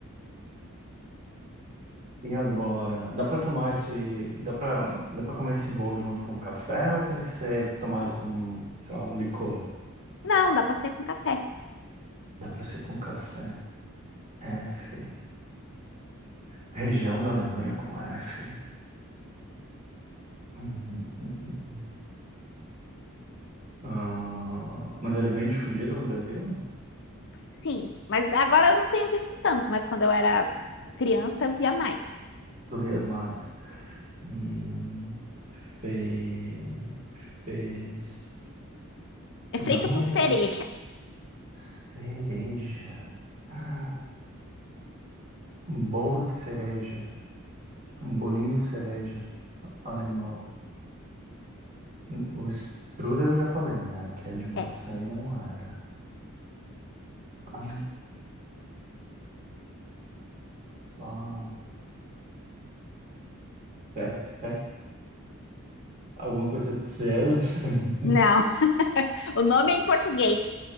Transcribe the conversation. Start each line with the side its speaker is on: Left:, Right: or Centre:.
Right: E agora, dá pra tomar esse, dá pra, dá para comer esse bolo junto com café ou tem que ser tomar ele com, sei lá, um licor?
Left: Não, dá pra ser com café.
Right: Dá pra ser com café. F. Região da Alemanha com F. Uhum, uhum, uhum. Ah, mas ele é bem difundido no Brasil?
Left: Sim. Mas agora eu não tenho visto tanto, mas quando eu era criança eu via mais.
Right: Tu vias mais. Hum, fe- fez.
Left: É feito
Right: Dá uma
Left: com
Right: outra.
Left: cereja.
Right: Cereja. Ah, Um bolo de cereja. Um bolinho de cereja. Alemão. Hum, O strudel eu já falei, né? Que é de maçã
Left: É.
Right: e não era. Ah, ah, fet, fet, alguma coisa de Zell. <laughs>
Left: Não. O nome é em português.